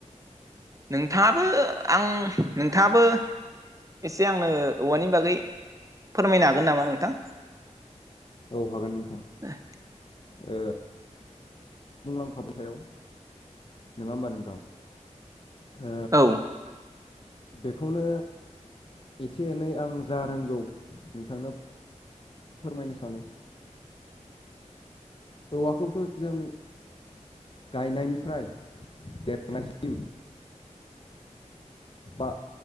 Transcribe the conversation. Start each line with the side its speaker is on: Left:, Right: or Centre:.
Right: नोंथाङाबो आं नोंथाङाबो एसे आंनो औवानि बागै फोरमायनो हागोन नामा नोंथां
Left: औ हागोन नोंथां
Right: <inaudible>
Left: ओ बुंलांखाबाय थायाव नोङा होमबा नोंथां। ओ
Right: औ
Left: बेखौनो एसे एनै आं जा रोंगौ नोंथांनो फोरमायनो सानो। औवाखौबोथ' जों गायनायनिफ्राय देरनायसिम ओ